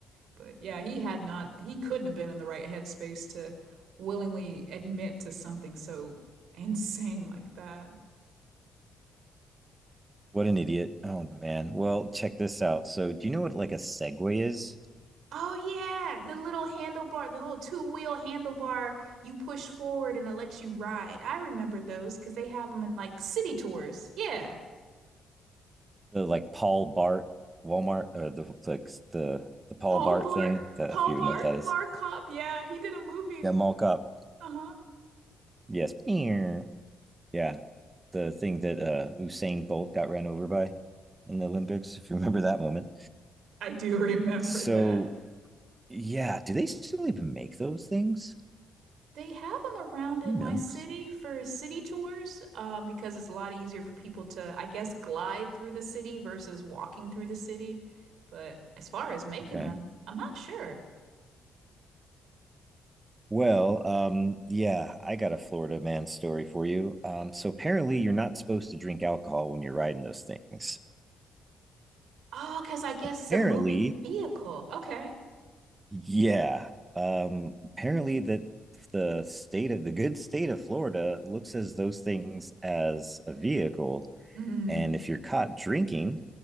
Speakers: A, on the right (about 75°); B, on the right (about 20°).
A: But yeah, he had not, he couldn't have been in the right headspace to willingly admit to something so insane like that.
B: What an idiot. Oh man. Well, check this out. So, do you know what like a Segway is?
A: Oh yeah, the little handlebar, the little two-wheel handlebar you push forward and it lets you ride. I remember those because they have them in like city tours. Yeah.
B: The like Paul Bart Walmart or the like the the Paul
A: Paul
B: Bart
A: Blart,
B: thing that
A: Paul
B: if you
A: Blart,
B: know what that is.
A: Mark Cop. Yeah, he did a movie.
B: Yeah, mall cop.
A: Uh-huh.
B: Yes. Meow. Yeah. The thing that uh Usain Bolt got ran over by in the Olympics, if you remember that moment.
A: I do <laughs> remember
B: So,
A: that.
B: yeah, do they still even make those things?
A: They have them around in
B: Who knows?
A: my city for city tours, um, because it's a lot easier for people to, I guess, glide through the city versus walking through the city. But as far as making
B: Okay.
A: them, I'm not sure.
B: Well, um, yeah, I got a Florida man story for you. Um, so apparently you're not supposed to drink alcohol when you're riding those things.
A: Oh, because I guess
B: Apparently,
A: it's a moving vehicle. Okay.
B: yeah. Um, apparently that the state of the good state of Florida looks as those things as a vehicle,
A: Mm.
B: and if you're caught drinking,